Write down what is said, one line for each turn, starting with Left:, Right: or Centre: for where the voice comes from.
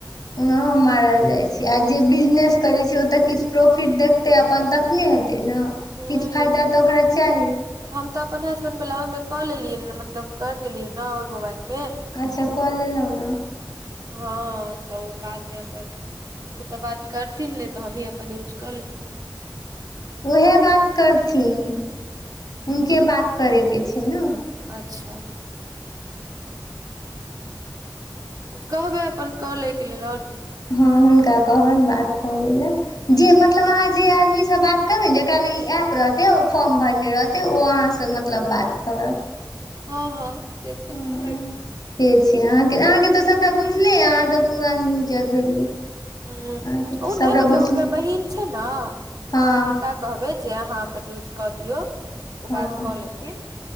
Left: ओनाहो मारल जाइ छी आ जे बिजनेस करे छी ओतऽ किछ प्रोफिट देख ते अपन तखने हेतै ने
Right: हूँ
Left: किछ फायदा तऽ ओकरा चाही
Right: हम तऽ अपन हसबैंड वला ओहिमे कऽ लेलियै मतलब कर देलियै ने ओहि मोबाइल में
Left: अच्छा कऽ लेलौं न
Right: हँ तऽ बादमे अपन ओ तऽ बात करथिन नहि तऽ हमही अपन यूज कऽ लेबै
Left: उहे बात करथिन
Right: हूँ
Left: हुनके बात करे के छै ना
Right: अच्छा कहबै अपन कलैके लेल ओर की
Left: हँ हुनका कहबैन बात कऽ लैल
Right: हूँ
Left: जे मतलब अहाँ जे आदमी से बात करबे जेकरा लागी एप रहतेन फॉर्म भरने रहत ते ओ अहाँसँ मतलब बात करत
Right: हाँ हाँ से तऽ
Left: हँ
Right: बुझल
Left: से छै अहाँके तऽ सभटा बुझले अहाँ तऽ पूरान यूजर भेलियै
Right: ह्म
Left: अहाँके तऽ सभटा
Right: नहि मतलब
Left: बुझले
Right: हुनकर बहिन छै ना
Left: हँ
Right: हुनका कहबै जे अहाँ अपन यूज कऽ दियौ ओ
Left: हँ
Right: बात कऽ लेथिन